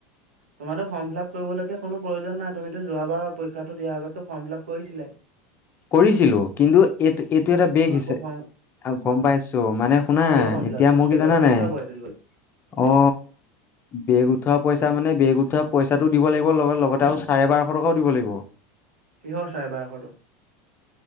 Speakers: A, on the right (about 85°); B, on the left (about 35°).
A: তোমাৰোক ফৰ্ম ফিলাপ কৰিবলগীয়া কোনো প্ৰয়োজন নাই তুমিতো যোৱাবাৰ পৰীক্ষাটো দিয়াৰ আগতটো ফৰ্ম ফিল আাপ কৰিছিলে
B: কৰিছিলোঁ কিন্তু এই এইটো এটা বেগ
A: অ
B: হৈছে
A: আকৌ ফৰ্ম
B: আহ গম পাইছো মানে শুনা
A: অ বেগৰ ফৰ্ম ফিল
B: এতিয়া
A: আপটো
B: মোৰ
A: বেগ
B: কি জানা
A: বেগ
B: নাই
A: থোৱা পইচাটো দিব লাগিব।
B: অ বেগ উঠোৱা পইচা
A: উম
B: মানে বেগ উঠোৱা পইচাটো দিব লাগিব লগ লগতে আৰু চাৰে বাৰশ টকাও দিব লাগিব।
A: কিহৰ চাৰে বাৰস টকা